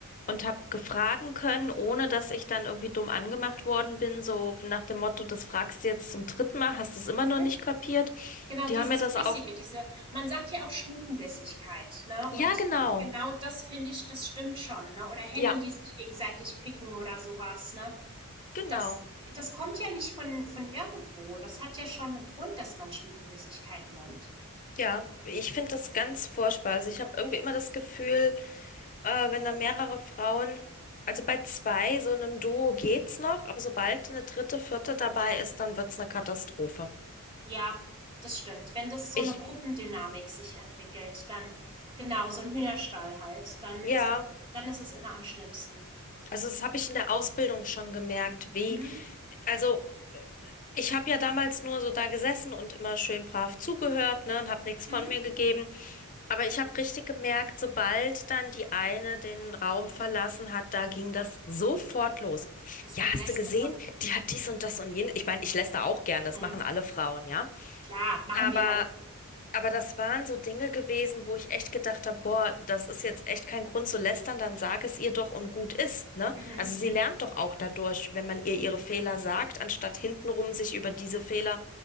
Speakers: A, on the left (about 35°); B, on the right (about 25°).
A: und habe gefragen können, ohne dass ich dann irgendwie dumm angemacht worden bin, so nach dem Motto, das fragst du jetzt zum dritten Mal, hast du es immer
B: Mhm.
A: noch nicht kapiert.
B: Genau
A: Die
B: dieses
A: haben mir das
B: Bissige,
A: auch.
B: diese man sagt ja auch Stutenbissigkeit, ne?
A: Ja,
B: Und
A: genau.
B: genau das finde ich, das stimmt schon, ne? Oder Hennen,
A: Ja,
B: die sich gegenseitig picken oder sowas, ne?
A: genau.
B: Das das kommt ja nicht von von irgendwo. Das hat ja schon einen Grund, dass man Stutenbissigkeit nennt.
A: Ja, ich finde das ganz furchtbar. Also ich habe irgendwie immer das Gefühl, äh, wenn da mehrere Frauen, also bei zwei, so einem Duo geht's noch, aber sobald eine dritte, vierte dabei ist, dann wird's eine Katastrophe.
B: Ja, das stimmt. Wenn das so
A: Ich,
B: eine Gruppendynamik sich entwickelt, dann genau, so ein Hühnerstall halt, dann
A: ja.
B: ist, dann ist es immer am schlimmsten.
A: Also das habe ich in der Ausbildung schon gemerkt, wie,
B: Mhm,
A: also ich habe ja damals nur so da gesessen und immer schön brav zugehört, ne, und habe nichts von
B: mhm.
A: mir gegeben. Aber ich habe richtig gemerkt, sobald dann die eine den Raum verlassen hat, da ging das sofort los.
B: Das
A: Ja,
B: Gelästere.
A: hast du gesehen? Die hat dies und das und jenes. Ich meine, ich lässt da auch gern, das
B: Mhm.
A: machen alle Frauen, ja.
B: Klar, machen
A: Aber
B: wir auch.
A: aber das waren so Dinge gewesen, wo ich echt gedacht habe, boah, das ist jetzt echt kein Grund zu lästern, dann sag es ihr doch und gut ist, ne?
B: Mhm.
A: Also sie lernt doch auch dadurch, wenn man ihr ihre Fehler sagt, anstatt hintenrum sich über diese Fehler,